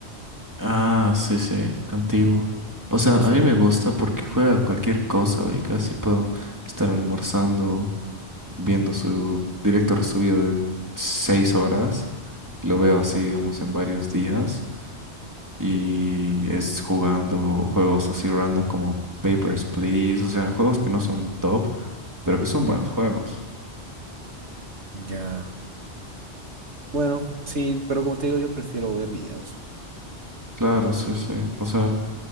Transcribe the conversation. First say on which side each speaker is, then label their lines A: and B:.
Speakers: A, on the right (about 15°); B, on the right (about 85°).
A: Ah, sí, sí, antiguo. O sea, a
B: Sí,
A: mí me gusta porque juega cualquier cosa y casi puedo estar almorzando, viendo su directo resubido de seis horas. Lo veo así, digamos, en varios días. Y es jugando juegos así random como Papers, Please. O sea, juegos que no son top, pero que son
B: ya,
A: buenos juegos.
B: ya. Bueno, sí, pero como te digo, yo prefiero ver videos.
A: Claro, sí, sí. O sea,